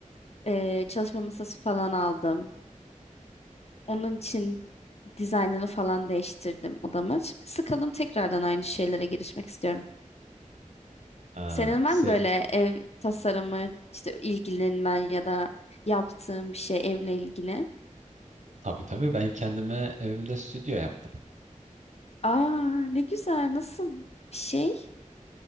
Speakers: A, on the left; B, on the right.
A: e, çalışma masası falan aldım. Onun için dizaynını falan değiştirdim odamı. Şimdi sıkıldım tekrardan aynı şeylere girişmek istiyorum.
B: Aa,
A: Senin
B: se
A: var mı böyle ev tasarımı, işte ilgilenmen ya da yaptığın bir şey evle ilgili?
B: tabii tabii ben kendime evimde stüdyo yaptım.
A: Aa ne güzel nasıl bir şey?